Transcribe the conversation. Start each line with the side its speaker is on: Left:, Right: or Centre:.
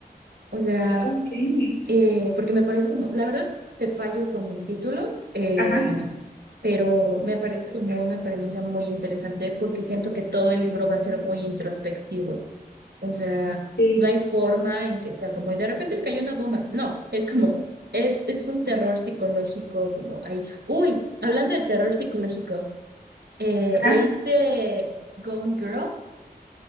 Right: O sea,
Left: Ok. ok.
Right: eh, porque me parece como, la verdad, te fallo con el título, eh,
Left: Ajá,
Right: pero me parece como una premisa muy interesante porque siento que todo el libro va a ser muy introspectivo. O sea,
Left: sí.
Right: no hay forma en que sea como, y de repente le cayó una bomba. No, es como, es, es un terror psicológico, como ahí. Uy, hablando de terror psicológico, eh,
Left: Ajá.
Right: ¿leíste Gone Girl?